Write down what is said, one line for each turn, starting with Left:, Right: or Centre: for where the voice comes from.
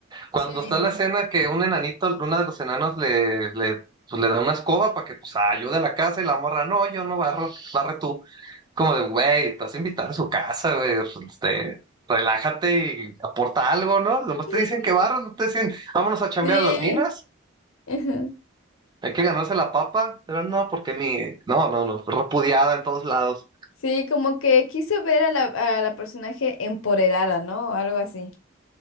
Right: Cuando
Left: Sí.
Right: está la escena que un enanito, uno de los enanos le, le, pues, le da una escoba para que pues, ayude a la casa y la morra, no, yo no barro, barre tú. Como de, güey, estás invitado a su casa, güey, este, relájate y aporta algo, ¿no? Nomás
Left: <laughs>
Right: te dicen que barras, no te dicen, vámonos a chambear
Left: Sí.
Right: a las minas.
Left: Ujú.
Right: Hay que ganarse la papa, pero no, porque mi, no, no, no, fue repudiada en todos lados.
Left: Sí, como que quiso ver a la, a la personaje empoderada, ¿no? O algo así.